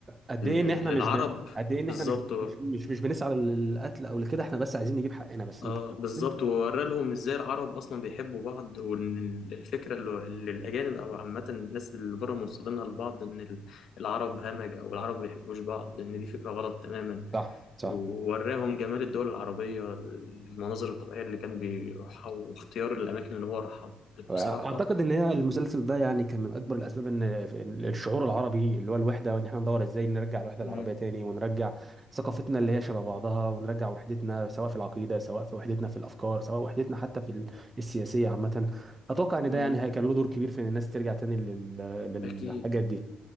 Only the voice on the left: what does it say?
ال-
العرب
بالظبط
اه
بالظبط
وورى لهم ازاي العرب اصلا بيحبوا بعض وان ال- الفكره اللي اللي الاجانب او عامه الناس اللي بره موصلينها لبعض ان ال- العرب همج او العرب ما بيحبوش بعض ان دي فكره غلط تماما
ووراهم جمال الدول العربية المناظر الطبيعية اللي كان بيروحها واختيار الأماكن اللي هو راحها
بصراحة
مم.
مم.
أكيد